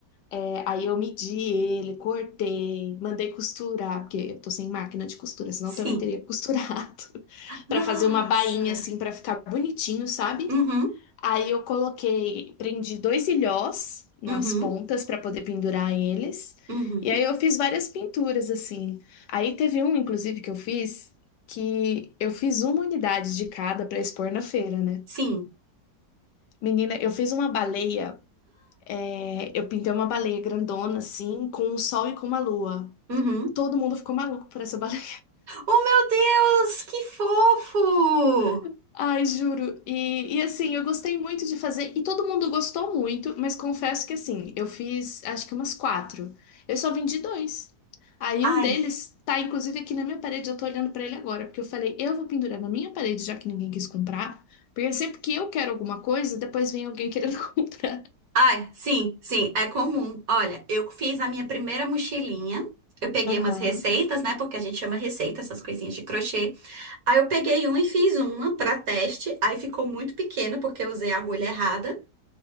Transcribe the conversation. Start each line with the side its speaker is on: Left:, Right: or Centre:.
Left: É, aí eu medi ele, cortei, mandei costurar, porque eu tô sem máquina de costura, senão
Right: Sim.
Left: eu também teria costurado, <laughs>
Right: Nossa.
Left: Pra fazer uma bainha assim pra ficar bonitinho, sabe?
Right: Uhum.
Left: Aí eu coloquei, prendi dois ilhós nas
Right: Uhum.
Left: pontas pra poder pendurar eles.
Right: Uhum.
Left: E aí eu fiz várias pinturas assim. Aí teve um, inclusive, que eu fiz que eu fiz uma unidade de cada pra expor na feira, né?
Right: Sim.
Left: Menina, eu fiz uma baleia é, eu pintei uma baleia grandona, assim, com um sol e com uma lua.
Right: Uhum.
Left: Todo mundo ficou maluco por essa baleia.
Right: Oh, meu Deus, que fofo!
Left: <laughs> Ai, juro. E, e assim, eu gostei muito de fazer, e todo mundo gostou muito, mas confesso que assim, eu fiz acho que umas quatro. Eu só vendi dois. Aí
Right: Ai,
Left: um deles tá, inclusive, aqui na minha parede, eu tô olhando pra ele agora, porque eu falei, eu vou pendurar na minha parede, já que ninguém quis comprar. Porque sempre que eu quero alguma coisa, depois vem alguém querendo <laughs> comprar.
Right: Ai, sim, sim, é comum. Olha, eu fiz a minha primeira mochilinha. Eu peguei
Left: Aham.
Right: umas receitas, né? Porque a gente chama receita essas coisinhas de crochê. Aí eu peguei uma e fiz uma pra teste. Aí ficou muito pequena porque eu usei a agulha errada.